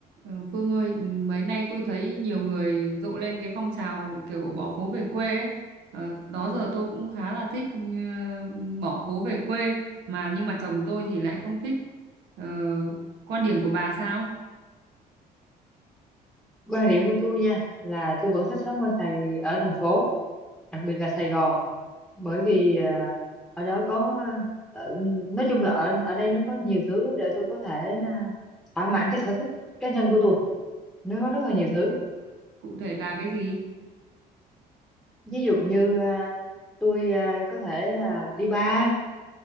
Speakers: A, on the right; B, in the centre.
A: Ờ, Phương ơi, ừ, mấy nay tôi thấy nhiều người rộ lên cái phong trào kiểu bỏ phố về quê ấy. Ờ, đó giờ tôi cũng khá là thích ừ, bỏ phố về quê mà nhưng mà chồng tôi thì lại không thích. Ờ, quan điểm của bà sao?
B: quan điểm của tôi nha là tôi vẫn thích sống ở Sài ở thành phố đặc biệt là Sài Gòn bởi vì à, ở đó có à, ở, nói chung là ở ở đây nó có nhiều thứ để tôi có thể à, thỏa mãn cái sở thích cá nhân của tôi nó có rất là nhiều thứ
A: Cụ thể là cái gì?
B: ví dụ như à, tôi à, có thể là đi bar